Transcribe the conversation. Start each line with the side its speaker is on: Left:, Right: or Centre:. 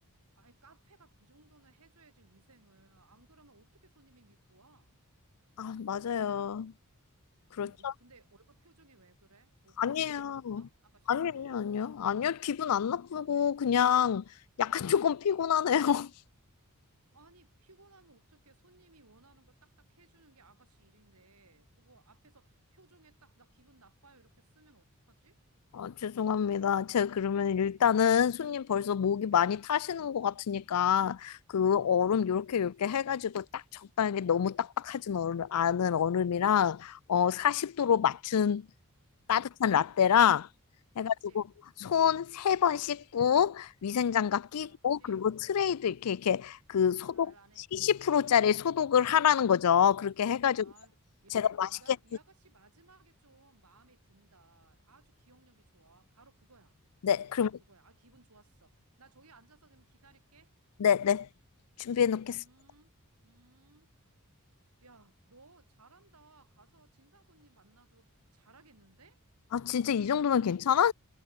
Right: 아이, 카페가 그 정도는 해줘야지 위생을. 안 그러면 어떻게 손님이 믿고 와?
Left: 아, 맞아요. 그렇죠.
Right: 어, 뭐, 근데 얼굴 표정이 왜 그래? 뭐가
Left: 아니에요.
Right: 기분이 나빠? 아가씨?
Left: 아니에요, 아니요. 아니요, 기분 안 나쁘고, 그냥 약간 조금 피곤하네요. <laughs>
Right: 아니, 피곤하면 어떻게 손님이 원하는 걸 딱딱 해주는 게 아가씨 일인데, 그거 앞에서 표정에 딱, 나 기분 나빠요. 이렇게 쓰면 어떡하지?
Left: 아, 죄송합니다. 제가 그러면 일단은 손님 벌써 목이 많이 타시는 것 같으니까, 그 얼음 요렇게 요렇게 해가지고 딱 적당하게 너무 딱딱하진 얼음, 않은 얼음이랑, 어, 40도로 맞춘 따뜻한
Right: 응.
Left: 라떼랑
Right: 그렇지.
Left: 해가지고 손 세 번 씻고 위생장갑 끼고
Right: 그렇지.
Left: 그리고 트레이도 이렇게 이렇게 그 소독
Right: 잘하네.
Left: 70%짜리 소독을 하라는 거죠. 그렇게 해가지고
Right: 아,
Left: 제가
Right: 야,
Left: 맛있게
Right: 이가, 이 아가씨 마지막에 좀 마음에 든다. 아주 기억력이 좋아. 바로 그거야.
Left: 네
Right: 바로
Left: 그럼
Right: 그거야. 아, 기분 좋았어. 나 저기 앉아서 그럼 기다릴게.
Left: 네네 준비해 놓겠습니다.
Right: 음, 음. 야, 너 잘한다. 가서 진상 손님 만나도 잘하겠는데?
Left: 아 진짜 이 정도면 괜찮아?